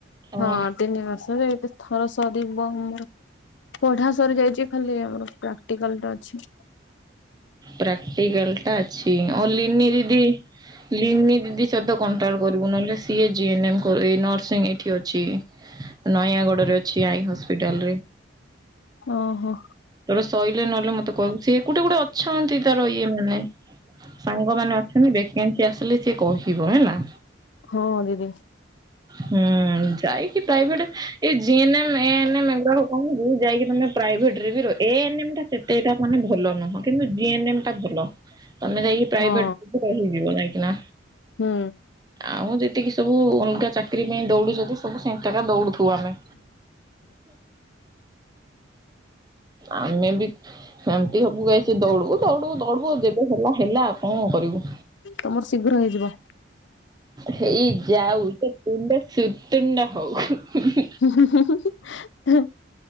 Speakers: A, on the right (about 20°); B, on the left (about 65°).
A: ଓହୋ
B: ହଁ। ତିନି ବର୍ଷରେ ଏଥର ସରିବ ଆମର ପଢା ସରି ଯାଇଚି। ଖାଲି ଆମର ପ୍ରାକ୍ଟିକାଲ୍ ଟା ଅଛି।
A: ପ୍ରାକ୍ଟିକାଲ୍ ଟା ଅଛି ଆଉ ଲିନି ଦିଦି ଲିନି ଦିଦି ସବକ୍ କଣ୍ଟା ଆଉ କରିବୁ ନହେଲେ ସିଏ ଜିଏନେମ୍ ଏଇ ନର୍ସିଂ ଏଇଠି ଅଛି ନୟାଗଡ଼ରେ ଅଛି ଆଇ ହସ୍ପ୍ ହସ୍ପିଟାଲରେ
B: ଓହୋ
A: ସେଟୁ ସଇଲେ ନଲେ ମତେ କଇବୁ ସିଏ ଗୋଟେ ଗୋଟେ ଅଛନ୍ତି ତାର ଇଏ ମାନେ ସାଙ୍ଗମାନେ ଅ ଆଚୁଆଲି ଦେଖ୍ କେମିତି ଆସିଲେ ସିଏ କହିବ ହେଲା?
B: ହଁ ଯିବି।
A: ହୁଁ ଯାଇକି ପ୍ରାଇଭେଟ୍ ଏ ଜିଏ ନେ ଏମ୍ ଏ ଏନ୍ ଏମ ଯାଇକି ତମେ ପ୍ରାଇଭେଟ୍ ରେ ବି ରହି ଏ ଏନେ ଏମ୍ ଟା ସେତେ ଏଇଟା ମାନେ ଭଲ। ନୁହଁ କିନ୍ତୁ ଜିଏନେ ଏମ ଟା ଭଲ ତମେ ଯାଇକି ପ୍ରାଇଭେଟରେ
B: ହଁ
A: ରହିଯିବ ଯାଇକିନା।
B: ହୁଁ।
A: ଆଉ ଯେତିକି ସବୁ ଅଲଗା ଚାକିରି ପାଇଁ ଦୌଡୁ ସବୁ। ସବୁ ସେଣ୍ଟ ରେ ଦୌଡୁ ଥିବୁ ଆମେ। ଆମେ ବି। ଏ ହବୁକାଇସେ ଦୌଡି଼ବୁ ଦୌଡି଼ବୁ ଦୌଡି଼ବୁ ଯେବେ ହେଲା ହେଲା ଆ କଣ କରିବୁ?
B: ତମର ଶୀଘ୍ର ହେଇଯିବ।
A: ହେଇ ଯାଉ। ତ ତୁଣ୍ଡା ସୁତୁଣ୍ଡ ହଉ।
B: ହଁ।